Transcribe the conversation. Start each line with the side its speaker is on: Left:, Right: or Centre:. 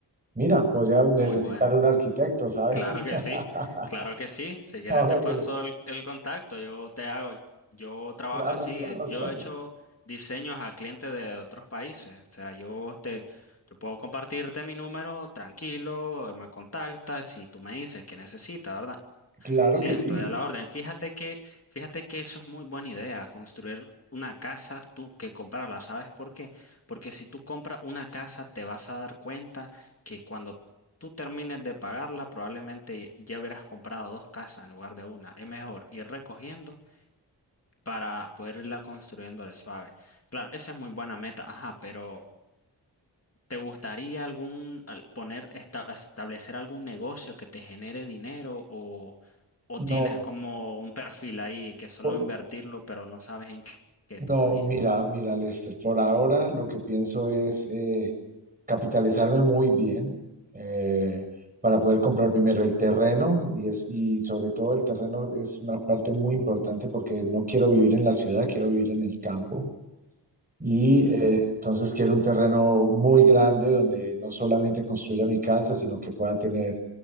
Right: Mira, podría necesitar
Left: muy buena.
Right: un arquitecto, ¿sabes?
Left: Claro que
Right: <laughs>
Left: sí, claro que sí. Si quieres
Right: Ahora
Left: te paso
Right: que lo...
Left: el, el contacto, yo te hago, yo trabajo
Right: Claro,
Left: así,
Right: claro,
Left: yo
Right: claro.
Left: he hecho diseños a clientes de otros países. O sea, yo te, yo puedo compartirte mi número tranquilo, me contactas y tú me dices qué necesitas, ¿verdad?
Right: Claro
Left: Sí,
Right: que
Left: estoy
Right: sí.
Left: a la orden. Fíjate que, fíjate que eso es muy buena idea, construir una casa tú que comprarla. ¿Sabes por qué? Porque si tú compras una casa, te vas a dar cuenta que cuando tú termines de pagarla, probablemente ya hubieras comprado dos casas en lugar de una. Es mejor ir recogiendo para poder irla construyendo al suave. Claro, esa es muy buena meta, ajá, pero. ¿Te gustaría algún al- poner esta- establecer algún negocio que te genere dinero o, o
Right: No,
Left: tienes como un perfil ahí que solo
Right: po-
Left: invertirlo, pero no sabes en qué, qué
Right: no,
Left: todavía?
Right: mira, mira, Lester, por ahora lo que pienso es... eh, capitalizarme muy bien eh, para poder comprar primero el terreno y, es, y sobre todo el terreno es una parte muy importante porque no quiero vivir en la ciudad, quiero vivir en el campo. Y
Left: Ujú,
Right: eh, entonces quiero un terreno muy grande donde no solamente construya mi casa, sino que pueda tener